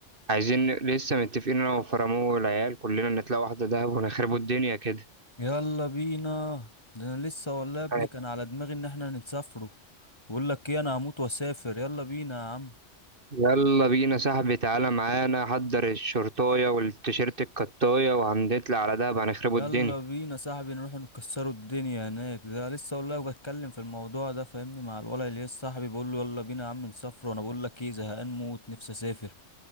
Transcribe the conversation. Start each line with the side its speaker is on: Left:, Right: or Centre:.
Right: عايزين لسه متفقين انا وفرامو والعيال كلنا نطلع واحده دهب ونخربوا الدنيا كده
Left: يلا بينا ده انا لسه والله يا ابني
Right: طيب،
Left: كان على دماغي ان احنا نسافروا بقول لك ايه انا هموت واسافر يلا بينا يا عم
Right: يلا بينا صاحبي تعالى معانا حضر الشرطايه والتيشيرت الكطايه وهنطلع على دهب هنخربوا
Left: يلا
Right: الدنيا
Left: بينا صاحبي نروح نكسروا الدنيا هناك ده لسه والله بتكلم في الموضوع ده فاهمني مع الولد اللي لسه صاحبي بقول له يلا بينا يا عم نسافر وانا بقول لك ايه زهقان موت نفسي اسافر